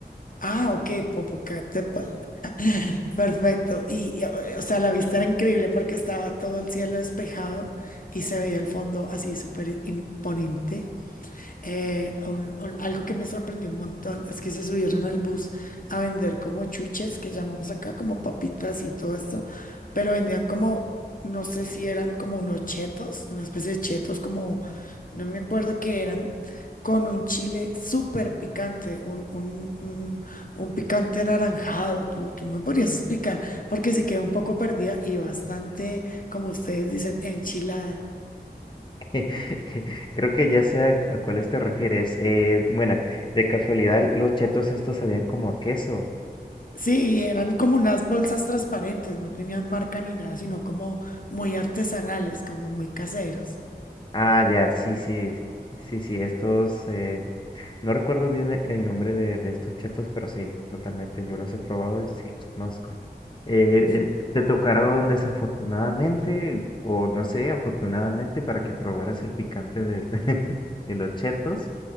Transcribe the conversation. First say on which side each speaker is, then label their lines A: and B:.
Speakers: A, on the left; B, on the left.
A: Ah, ok, Popocatépetl. <laughs> Perfecto. Y, y, o sea, la vista era increíble porque estaba todo el cielo despejado y se veía el fondo así súper imponente. Eh, un- un- algo que me sorprendió un montón es que se subieron al bus a vender como chuches, que llamamos acá como papitas y todo esto, pero vendían como, no sé si eran como unos chetos, una especie de chetos, como, no me acuerdo qué eran, con un chile súper picante, un, un, un, un picante anaranjado. ¿Tú, tú me podrías explicar? Porque sí quedé un poco perdida y bastante, como ustedes dicen, enchilada.
B: <laughs> Creo que ya sé a, a cuáles te refieres. Eh, bueno, de casualidad, los chetos estos sabían como a queso.
A: Sí, eran como unas bolsas transparentes, no tenían marca ni nada, sino como muy artesanales, como muy caseros.
B: Ah, ya, sí, sí, sí, sí, estos, eh, no recuerdo bien e- el nombre de, de estos chetos, pero sí, totalmente, yo los he probado y sí los conozco. Eh,
A: Ujú.
B: eh, ¿te tocaron desafortunadamente o no sé, afortunadamente para que probaras el picante de, <laughs> de los chetos?